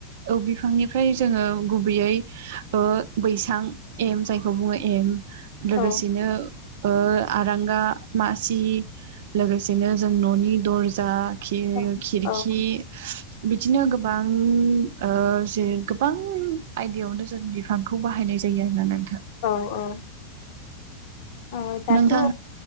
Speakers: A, on the right; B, on the left.
A: औ बिफांनिफ्राय जोङो गुबैयै ओ बैसां एम जायखौ बुङो एम लोगोसेनो
B: औ
A: ओ आरांगा मासि लोगोसेनो जों ननि दरजा खि-खिरखि
B: औ औ
A: बिदिनो गोबां ओ जे गोबां आयदायावनो जों बि फांखौ बाहायनाय जायो होन्नानै नोंथां
B: औ औ औ दाथ
A: नोंथां
B: औ